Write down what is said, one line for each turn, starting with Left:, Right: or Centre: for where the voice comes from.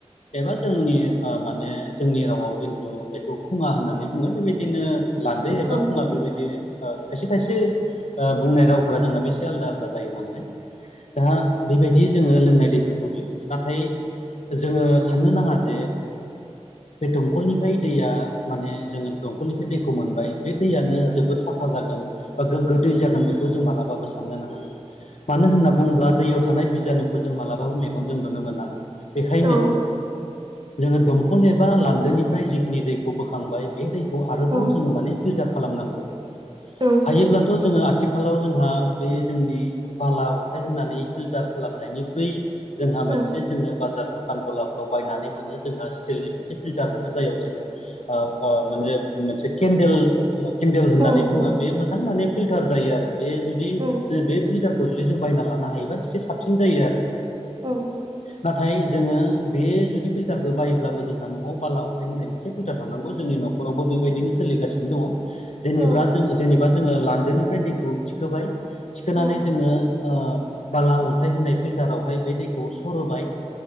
Left: एबा जोंनि ओ माने जोंनि रावाव खिन्थु बेखौ खुङा होननानै बुङो। बेबायदिनो लांदो एबा
Right: औ
Left: खङा बेबायदि ओ खायसे खायसे ओ बुंनाय रावफोरा जोंनाो एसे आलादा आलादा जायो नालाय। दा बेबायदि जोङो लोंनाय दैफोरखौ दिहुनो नाथाय जोङो साननो नाङा जे
Right: <inaudible>
Left: बे दमखलनिफ्राय दैया माने जोङो दमखलनिफ्राय दैखौ मोनबाय बे दैयानो जोबद साफा जा गोग्गो दै जागोन बेखौ जों मालाबाबो साननो नाङा मानो होनना बुङोब्ला दैयाव थानाय बिजानुखौ जों मालाबाबो मेगनजों नुनो मोना। बेखायनो
Right: औ। <inaudible>
Left: जोङो दंखल एबा लान्दोनिफ्राय जिखिनि दैखौ बोखांबाय बे दैखौ आरोबाव
Right: औ
Left: जोङो माने फिल्टार खालाम खालामनांगौ
Right: औ
Left: हायोब्लाथ' जोङो आथिखालाव जोंहा बे जोंनि बाला अन्थाइ होनानै फिल्टार खालामनायनिख्रुइ जोंहा
Right: औ
Left: मोनसे जोङो बाजार दखान गलाफ्राव बायनानै मोनो। जोंहा स्टिलनि मोनसे फिल्टार मोनो जाय जोङो ओ माने मोनसे केन्देल केन्देल होननानै
Right: औ औ
Left: बुङो बे मोजां माने फिल्टार जायो आरो बे जुदि
Right: औ
Left: ज बे फिल्टार जुदि जों बायनानै लानो हायोबा एसे साबसिन जायो आरो।
Right: औ।
Left: नाथाय जोङो बे जुदि फिल फिल्टारखौ बायोब्लाबो जोंहा न'आव बाला अन्थाइ होनाय मोन फिल्टार थांनांगौ जोंनि न'खरावबो बेबायदिनो सोलिगासिनो दङ। जेनेबा
Right: औ
Left: जों जेनेबा जोङो लान्दोनिफ्राय दैखौ थिखोबाय थिखोनानै
Right: औ
Left: जोङो ओ बाला अन्थाइ होनाय फिल्टारावहाय बे दैखौ सरोबाय